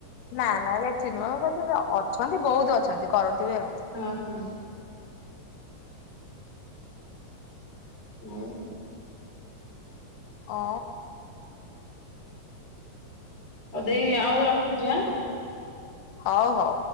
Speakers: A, on the left; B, on the left.
A: ନା ନା ଏଠି ନୁହେଁ <unintelligible> ଅଛନ୍ତି ବହୁତ ଅଛନ୍ତି କରନ୍ତି ବି ଆଉ।
B: ହଁ ହଁ। ନାଇ।
A: ଅ
B: ଅବି ଆଉ ରଖୁଛି ଆଁ
A: ହଉ ହଉ।